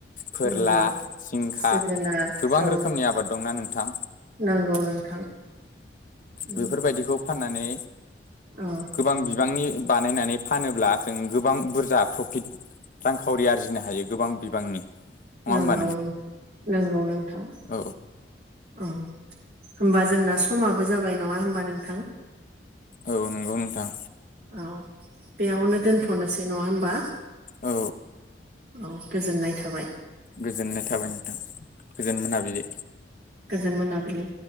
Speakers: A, on the left; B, on the right.
A: फोरला
B: नंगौ
A: जिंखा
B: जोगोनार
A: गोबां
B: औ
A: रोखोमनि आबाद दंना नोंथां
B: नंगौ नोंथां। औ
A: बेफोरबायदिखौ फाननानै
B: औ
A: गोबां बिबांनि बानायनानै फानोब्ला जों गोबां बुरजा प्रफिट रांखावरि आरजिनो हायो गोबां बिबांनि नङा
B: नंगौ
A: होमबा
B: नोंथां नंगौ नोंथां
A: औ
B: औ होमबा जोंना समाबो जाबाय नङा होमबा नोंथां
A: औ नंगौ नोंथां
B: औ बेयावनो दोनथनोसै नङा होमबा
A: औ
B: औ गोजोननाय थाबाय
A: गोजोननाय थाबाय नोंथां गोजोन मोनाबिलि
B: गोजोन मोनाबिलि